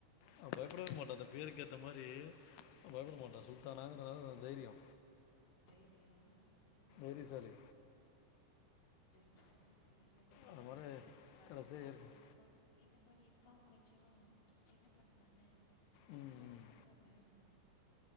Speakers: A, on the left; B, on the left.
A: அது
B: அவ பயப்படவே
A: சரி
B: மாட்டா அந்த பேருக்கு ஏத்த மாரி பயப்பட மாட்டா சுல்தானாங்கனா தைரியோ
A: தைரியோ ம்
B: தைரியசாலி
A: தைரியசாலி பொண்ணு இன்னு கொஞ்சொ
B: அது மாதிரி
A: வளந்து
B: கடைசியாக இருக்கும்
A: இன்னு கொஞ் இன்னு கொஞ் இப் போ கொஞ்சோ சின்ன பொண்ணு தானே
B: ம்
A: இன்னு கொஞ்சொ
B: ம்.
A: வளர்ந்தா பயோ வந்துடு